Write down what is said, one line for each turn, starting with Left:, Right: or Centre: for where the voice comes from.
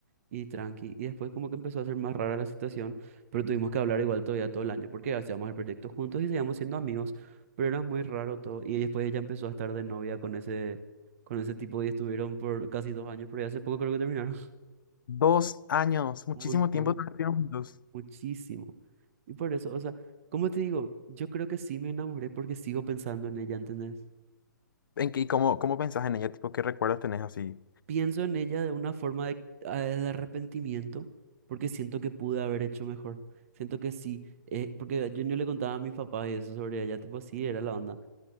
Right: Y tranqui. Y después como que empezó a ser más rara la situación, pero tuvimos que hablar igual todavía todo el año, porque hacíamos el proyecto juntos y seguíamos siendo amigos, pero era muy raro todo. Y después ella empezó a estar de novia con ese, con ese tipo y estuvieron por casi dos años, pero ya hace poco creo que terminaron.
Left: Dos años,
Right: <laughs>
Left: muchísimo
Right: Un montón,
Left: tiempo estuvieron juntos.
Right: muchísimo. Y por eso, o sea, como te digo, yo creo que sí me enamoré porque sigo pensando en ella, ¿entendés?
Left: ¿En qué, y cómo, cómo pensás en ella? Tipo, ¿qué recuerdos tenés así?
Right: Pienso en ella de una forma de, ah, de arrepentimiento, porque siento que pude haber hecho mejor. Siento que sí, eh, porque yo no le contaba a mis papás y eso sobre ella, tipo así era la onda.